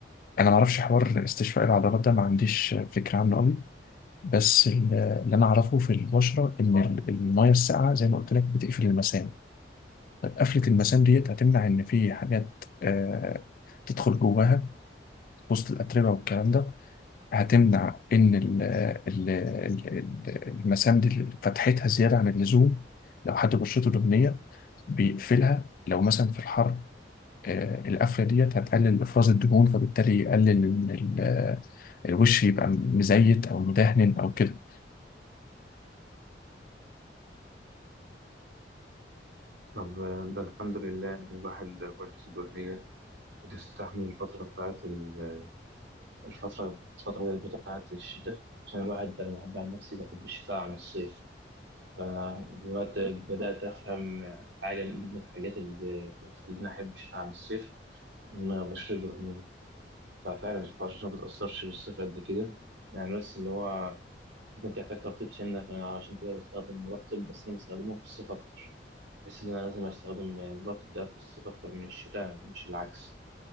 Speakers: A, on the left; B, on the right.
A: انا ما اعرفش حوار استشفاء العضلات ده ما عنديش فكره عنه قوي بس ال- اللي انا اعرفه في البشره ان ال- الميه الساقعه زي ما قلت لك بتقفل المسام طب قفله المسام ديت هتمنع ان في حاجات آه تدخل جواها وسط الاتربه والكلام ده هتمنع ان ال- ال- ال- ال- المسام دي فتحتها زياده عن اللزوم لو حد بشرته دهنيه بيقفلها لو مثلا في الحر آه القفله ديت هتقلل افراز الدهون فبالتالي يقلل إن ال- الوش يبقى مزيت او مدهن او كده
B: طب آه، ده الحمد لله إن الواحد غرفته الدهنية بتستحمل الفترة بتاعت ال- الفترة الفترة بتاعت الشتاء عشان الواحد أنا بحب عن نفسي بحب الشتاء عن الصيف فدلوقتي بدأت أفهم حاجة من ضمن الحاجات اللي بتخليني أحب الشتاء عن الصيف إن بشرة دهنية ففعلا البشرة ما بتأثرش بالصيف قد كده يعني بس اللي هو ممكن تحتاج ترطيب سنة فعشان كده بستخدم مرطب بس أنا بستخدمه في الصيف أكتر بحس إن أنا لازم أستخدم المرطب ده في الصيف أكتر من الشتاء مش العكس